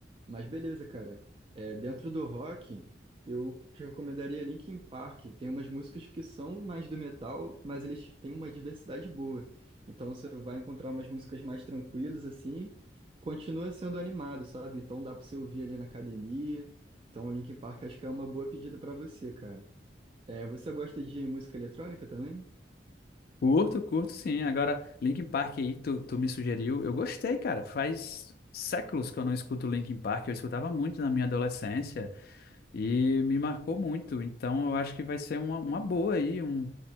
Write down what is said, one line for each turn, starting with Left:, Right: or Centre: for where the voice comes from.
Right: Mas beleza, cara. É, dentro do rock, eu te recomendaria Linkin Park. Tem umas músicas que são mais do metal, mas eles têm uma diversidade boa. Então você vai encontrar umas músicas mais tranquilas, assim, continua sendo animado, sabe? Então dá pra você ouvir ali na academia. Então o Linkin Park acho que é uma boa pedida pra você, cara. É, você gosta de música eletrônica também?
Left: Curto, curto, sim. Agora, Linkin Park aí, tu, tu me sugeriu. Eu gostei, cara. Faz séculos que eu não escuto Linkin Park. Eu escutava muito na minha adolescência e me marcou muito. Então, eu acho que vai ser uma, uma boa aí. Um...